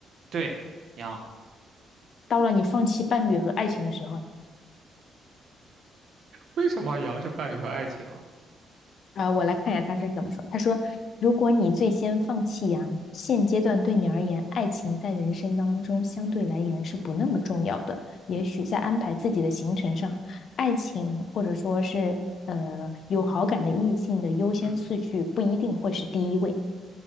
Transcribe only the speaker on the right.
对，羊，
为什么羊是伴侣和爱情啊
嗯，